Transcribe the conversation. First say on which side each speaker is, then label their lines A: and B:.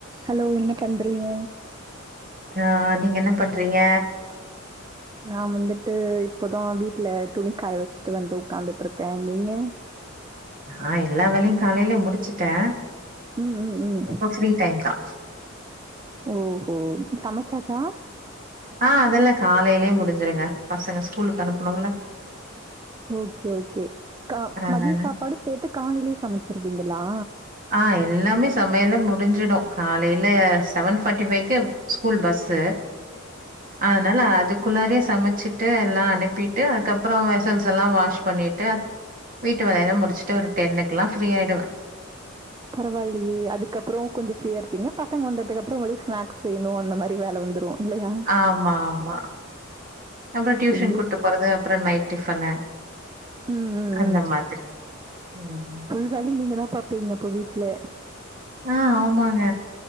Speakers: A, on the right; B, on the right.
A: Hello என்ன பண்றீங்க
B: ஆ நீங்க என்ன பண்றீங்க
A: நா வந்துட்டு இப்போதா வீட்ல துணிக்காய வச்சுட்டு வந்து உக்காந்துட்டு இருக்கே நீங்க
B: நா எல்லா வேலையு காலைலே முடிச்சுட்டே
A: ம் ம் ம்
B: இப்ப ஃப்ரீ டைம் தா
A: ஓஹோ சமச்சாச்சா
B: ஆ அதெல்லா காலைலே முடிஞ்சிருங்க பசங்க ஸ்கூலுக்கு அனுப்புனுல
A: ஓகே ஓகே கா
B: அதனால
A: மதிய சாப்பாடு சேர்த்து காலைலே சமைச்சிருவீங்களா
B: ஆ எல்லாமே சமையலே முடிஞ்சிடு காலைல செவன் ஃபார்ட்டி ஃபைவ்கு ஸ்கூல் பஸ்ஸு
A: <inaudible>
B: அதனால அது குள்ளாரயே சமைச்சிட்டு எல்லா அனுப்பிட்டு அதுக்கப்றோ வெசல்ஸ் எல்லா வாஷ் பண்ணிட்டு வீட்டு வேலைலா முடிச்சுட்டு ஒரு டென்னுக்குல்லா ஃப்ரீயா யிடுவே
A: பரவால்லியே அதுக்கப்புறோ கொஞ்ச ஃப்ரீயா இருப்பீங்க பசங்க வந்ததுக்கு அப்புறோ ஒரே ஸ்னக்ஸ் செய்யணு அந்த மாரி வேல வந்துரு இல்லையா
B: ஆமாமா அப்புறோ டியூஷன்
A: எங்கள்
B: கூட்டு போறது அப்புறோ நைட் டிஃபனு
A: ம் ம்
B: அந்த மாதிரி ம்
A: சரி நீங்க தா பாப்பீங்க அப்போ வீட்ல
B: ஆ ஆமாங்க.